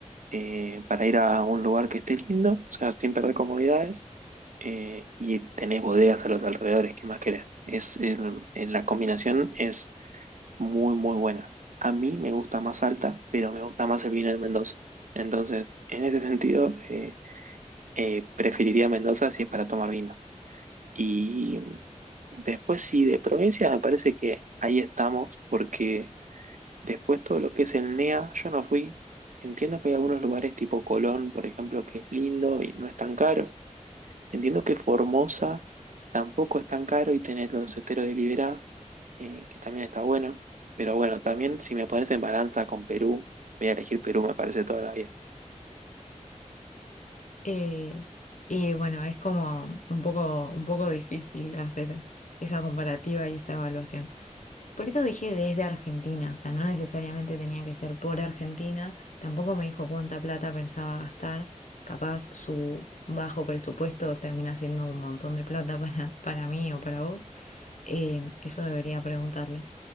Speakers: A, on the right; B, on the left.
A: Eh, para ir a un lugar que esté lindo, o sea, sin perder comodidades eh, y tenés bodegas a los alrededores, ¿qué más querés? Es el- en la combinación es muy, muy buena. A mí me gusta más alta, pero me gusta más el vino de Mendoza. Entonces, en ese sentido, eh, eh, preferiría Mendoza si es para tomar vino. Y mm, después, sí, de provincia, me parece que ahí estamos, porque después todo lo que es el NEA, yo no fui. Entiendo que hay algunos lugares tipo Colón, por ejemplo, que es lindo y no es tan caro. Entiendo que Formosa tampoco es tan caro y tener los esteros de Liberá, eh, que también está bueno. Pero bueno, también si me pones en balanza con Perú, voy a elegir Perú, me parece toda la vida.
B: Eh, y bueno, es como un poco, un poco difícil hacer esa comparativa y esta evaluación. Por eso dije desde Argentina, o sea, no necesariamente tenía que ser por Argentina, tampoco me dijo cuánta plata pensaba gastar, capaz su bajo presupuesto termina siendo un montón de plata <laughs> para, para mí o para vos, eh, eso debería preguntarle.